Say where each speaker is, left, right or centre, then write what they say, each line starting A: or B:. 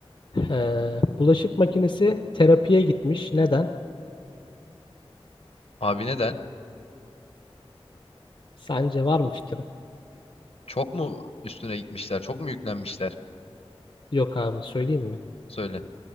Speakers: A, on the left; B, on the left.
A: Ee, bulaşık makinesi terapiye gitmiş. Neden?
B: Abi neden?
A: Sence var mı fikri?
B: Çok mu üstüne gitmişler? Çok mu yüklenmişler?
A: Yok abi söyleyeyim mi?
B: Söyle.